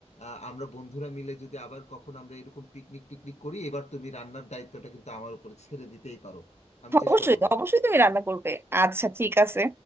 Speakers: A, on the left; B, on the right.
A: আহ, আমরা বন্ধুরা মিলে যদি আবার কখনো আমরা এরকম পিকনিক টিকনিক করি এবার তুমি রান্নার দায়িত্বটা কিন্তু আমার উপরে ছেড়ে দিতেই পারো আমি চেষ্টা
B: অবশ্যই
A: করব
B: অবশ্যই তুমি রান্না করবে আচ্ছা ঠিক আছে